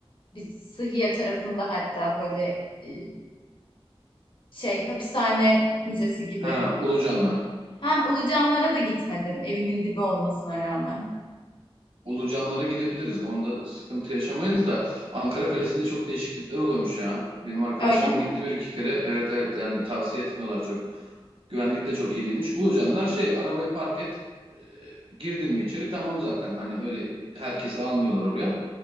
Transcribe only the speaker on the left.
biz Sıhhiye tarafında hatta böyle e, şey hapishane müzesi gibi.
Ha, Ulucanlara da gitmedim evimin dibi olmasına rağmen.
Öyle mi?